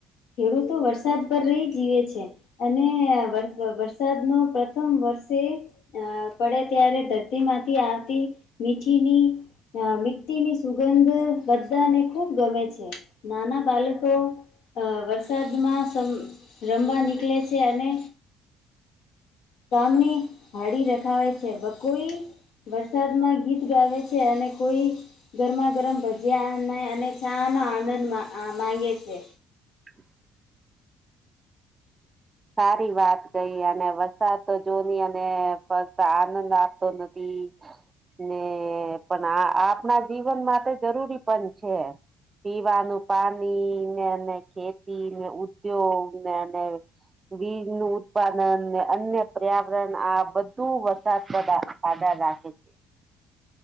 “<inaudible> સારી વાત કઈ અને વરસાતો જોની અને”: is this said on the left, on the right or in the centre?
Right